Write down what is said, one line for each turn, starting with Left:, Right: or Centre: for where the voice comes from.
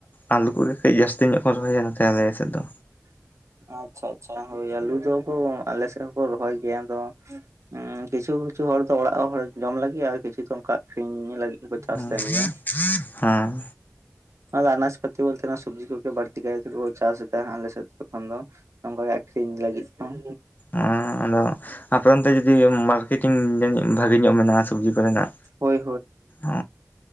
Left: ᱟᱞᱩ ᱠᱚᱜᱮ ᱠᱟᱹᱡ ᱡᱟᱹᱥᱛᱤ ᱧᱚᱜ ᱠᱚ ᱨᱚᱦᱚᱭᱟ ᱱᱚᱛ ᱟᱞᱮ ᱥᱮᱫ ᱫᱚ᱾
Right: ᱟᱪᱪᱷᱟ ᱟᱪᱪᱷᱟ ᱦᱳᱭ ᱟᱞᱩ ᱫᱚᱠᱚ ᱟᱞᱮ ᱥᱮᱫ ᱦᱚᱸᱠᱚ ᱨᱚᱦᱚᱭ ᱜᱮᱭᱟ ᱟᱫᱚ᱾ ᱩᱸᱻ ᱠᱤᱪᱷᱩ ᱠᱤᱪᱷᱩ ᱦᱚᱲ ᱫᱚ ᱚᱲᱟᱜ ᱦᱚᱲ ᱡᱚᱢ ᱞᱟᱹᱜᱤᱫ, ᱟᱨ ᱠᱤᱪᱷᱩ ᱫᱚ ᱚᱱᱠᱟ ᱟᱠᱷᱨᱤᱧ ᱞᱟᱹᱜᱤᱫ᱾ ᱩᱱᱠᱩ ᱪᱟᱹᱥ
Left: ᱦᱮᱸ
Right: ᱜᱤᱭᱟᱹ
Left: ᱦᱮᱸ
Right: ᱟᱱᱟ ᱟᱱᱟᱡ ᱯᱚᱛᱛᱤ ᱵᱚᱞᱛᱮ ᱥᱚᱵᱡᱤ ᱠᱚᱜᱮ ᱵᱟᱲᱛᱤ ᱜᱮᱟᱭ ᱛᱮ ᱪᱟᱥ ᱠᱟ ᱦᱟᱜ ᱟᱞᱮ ᱥᱮᱫ ᱠᱷᱚᱱ ᱫᱚ ᱱᱚᱝᱠᱟ ᱟᱠᱷᱨᱤᱧ ᱞᱟᱹᱜᱤᱫ ᱦᱚᱸ᱾
Left: ᱟᱨ ᱟᱫᱚ ᱛᱟᱯᱚᱨᱮ ᱚᱱᱛᱮ ᱡᱩᱫᱤ ᱢᱟᱨᱠᱮᱴᱤᱝ᱾ ᱤᱡ ᱵᱷᱟᱜᱮ ᱧᱚᱜ ᱢᱮᱱᱟᱜᱼᱟ ᱥᱚᱵᱡᱤ ᱠᱚᱨᱮᱱᱟᱜ
Right: ᱦᱳᱭ
Left: ᱚ᱾